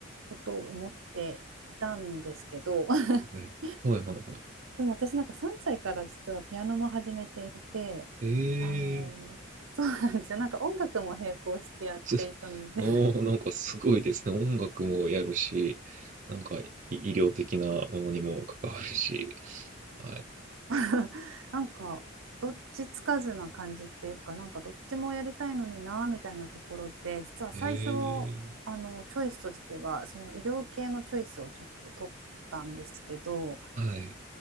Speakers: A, on the right (about 75°); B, on the right (about 35°).
A: ことを思っていたんですけど <laughs>、
B: うん。はいはいはいはい。
A: でも私なんか3歳から実はピアノも始めていて、
B: え
A: あのそうなんですよ。
B: えー
A: なんか音楽も並行してやっていたので
B: す、<laughs> おー、なんかすごいですね。音楽もやるし、なんかい医療的なものにも関わるし。はい。
A: <laughs> なんかどっちつかずな感じっていうかなんかどっちもやりたいのになみたいなところで実は最初
B: ええー
A: あのチョイスとしてはその医療系のチョイスをちょっと取ったんですけど
B: はい。